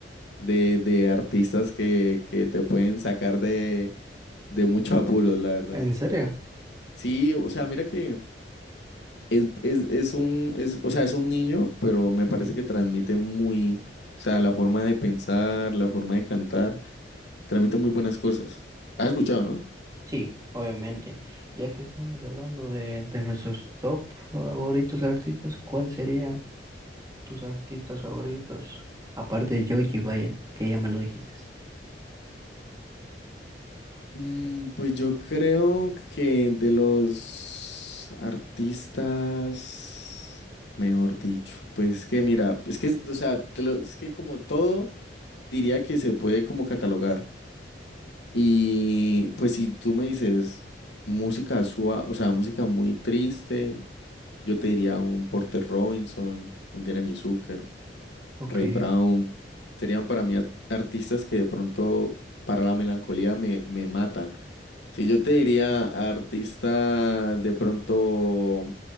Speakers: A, on the left (about 80°); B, on the right (about 20°).
A: de, de artistas que, que te pueden sacar de, de muchos apuros, la verdad.
B: ¿En serio?
A: Sí, o sea,
B: Y-
A: mira que... Es, es, es un, es, o sea, es un niño, pero me
B: ujú.
A: parece que transmite muy, o sea, la forma de pensar, la forma de cantar, transmite muy buenas cosas. ¿Has escuchado, no?
B: Sí, obviamente. Ya que estamos hablando de, de nuestros top favoritos artistas, ¿cuál serían tus artistas favoritos? Aparte de Joji, vaya, que ya me lo dijiste.
A: Mm, pues yo creo que de los artistas, mejor dicho, pues es que mira, es que, o sea, te lo- es que como todo, diría que se puede como catalogar. Y pues si tú me dices música suave, o sea, música muy triste. Yo te diría un Porter Robinson, un Jeremy Zucker,
B: Ok.
A: Ray Brown. Serían para mí art- artistas que de pronto para la melancolía me, me matan. Si yo te diría artista de pronto